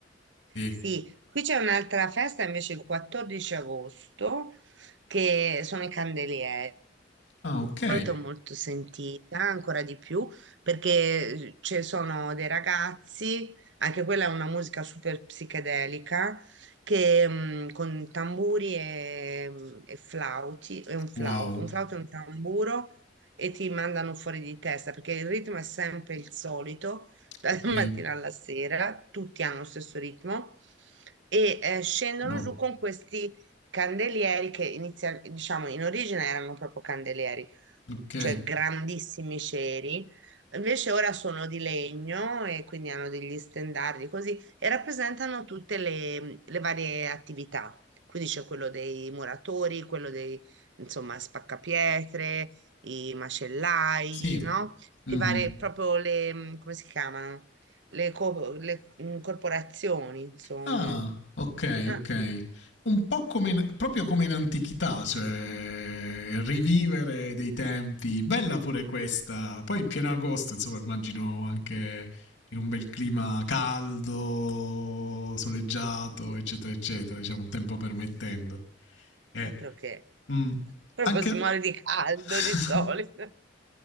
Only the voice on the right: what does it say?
Sì, qui c'è un'altra festa invece il 14 agosto che sono i candelieri.
molto molto sentita, ancora di più, perché eh, ci sono dei ragazzi, anche quella è una musica super psichedelica, che mh, con tamburi e, mm, e flauti, e un flauto,
un flauto e un tamburo e ti mandano fuori di testa, perché il ritmo è sempre il solito, dalla
<laughs> mattina alla sera, tutti hanno lo stesso ritmo, e eh, scendono
giù con questi candelieri che inizia, diciamo, in origine erano proprio candelieri
cioè grandissimi ceri. Invece ora sono di legno e quindi hanno degli stendardi così e rappresentano tutte le, le varie attività. Quindi c'è quello dei muratori, quello dei, insomma, spaccapietre, i macellai,
no?
I vari, proprio le, mh, come si chiamano? Le, co- le, mh, corporazioni, insomma.
Ah,
altro che
<laughs> proprio
si muore di caldo
di solito.